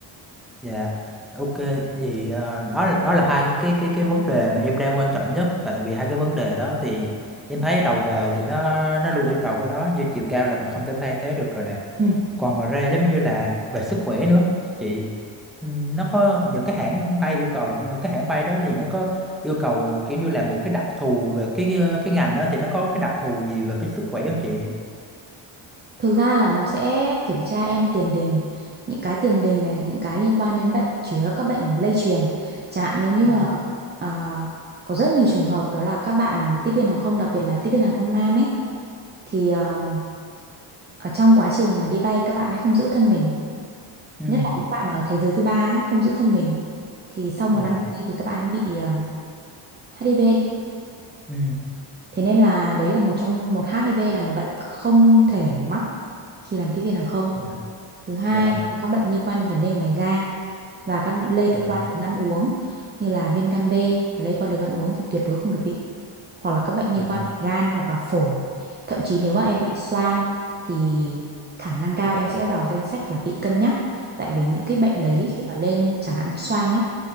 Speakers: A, in the centre; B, on the right.
A: Dạ, ok. Thì ờ, đó là đó là hai cái cái cái cái vấn đề mà em đang quan trọng nhất. Tại vì hai cái vấn đề đó thì em thấy đầu vào thì nó nó luôn yêu cầu cái đó như chiều cao là mình không thể thay thế được rồi nè.
B: Ừ.
A: Còn ngoài ra giống như là về sức khỏe nữa. Chị ừm, nó có những cái hãng bay yêu cầu những cái hãng bay đó thì nó có yêu cầu kiểu như là một cái đặc thù về cái cái, cái ngành đó thì nó có cái đặc thù gì về cái sức khỏe không chị?
B: Thực ra là nó sẽ kiểm tra em tiền đình, những cái tiền đình này, những cái liên quan đến bệnh chủ yếu là các bệnh lây truyền. Chẳng hạn nếu như
A: Ừ.
B: mà à, có rất nhiều trường hợp đó là các bạn tiếp viên hàng không, đặc biệt là tiếp viên hàng không nam ấy, thì um, ở trong quá trình mà đi bay các bạn ấy không giữ thân mình,
A: Ừ.
B: nhất là những bạn mà ở thế giới thứ ba ấy không giữ thân mình, thì sau một
A: Dạ.
B: năm nay thì các bạn bị um, HIV
A: Ừ.
B: Thế nên là đấy là một trong một HIV là một bệnh không thể mắc khi làm tiếp viên hàng không.
A: Dạ.
B: Thứ hai
A: Dạ.
B: là các bệnh liên quan đến vấn đề ngoài da và các lây
A: Dạ.
B: tự qua đường ăn uống như là viêm gan B lây qua đường ăn uống thì tuyệt đối không được bị hoặc là các bệnh liên
A: Dạ.
B: quan đến gan hoặc là phổi. Thậm chí nếu mà em bị xoang thì khả năng cao em sẽ vào danh sách là bị cân nhắc tại vì những cái bệnh đấy
A: Ừ.
B: khi mà lên chẳng hạn xoang nhá